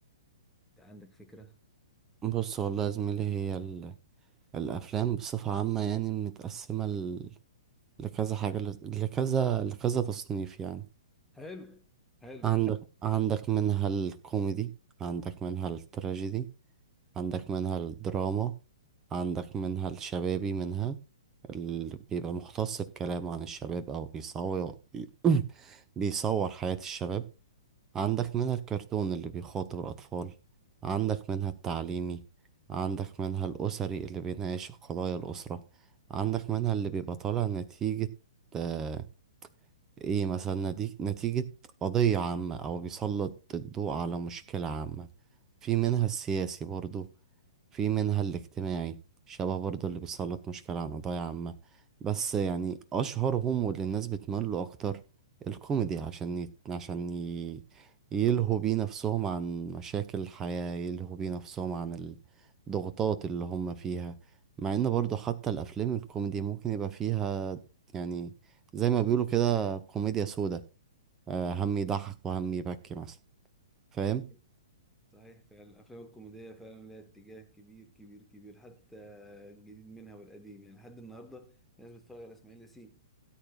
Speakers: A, in the centre; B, on the right.
A: أنت عندك فكرة؟
B: بص والله يا زميلي هي ال... الأفلام بصفة عامة يعني متقسمة ل... لكذا حاجة ل... لكذا لكذا تصنيف يعني
A: حلو حلو
B: عندك عندك منها الكوميدي عندك منها التراجيدي عندك منها الدراما عندك منها الشبابي منها اللي بيبقى مختص بكلام عن الشباب أو بيصور <clears throat> بيصور حياة الشباب عندك منها الكرتون اللي بيخاطب الأطفال عندك منها التعليمي عندك منها الأسري اللي بيناقش قضايا الأسرة عندك منها اللي بيبقى طالع نتيجة آه إيه مثلا ندي- نتيجة قضية عامة أو بيسلط الضوء على مشكلة عامة في منها السياسي برضو في منها الاجتماعي شبه برضه اللي بيسلط مشكلة عن قضايا عامة بس يعني أشهرهم واللي الناس بتميل له أكتر الكوميدي عشان يت... عشان ي... يلهوا بيه نفسهم عن مشاكل الحياة يلهوا بيه نفسهم عن الضغوطات اللي هم فيها مع إن برضه حتى الأفلام الكوميدي ممكن يبقى فيها يعني زي ما بيقولوا كده كوميديا سودا آه، هم يضحك وهم يبكي مثلا فاهم
A: صحيح صحيح فعلا الافلام الكوميديه فعلا لها اتجاه كبير كبير كبير حتى الجديد منها والقديم يعني لحد النهارده الناس بتتفرج على اسماعيل ياسين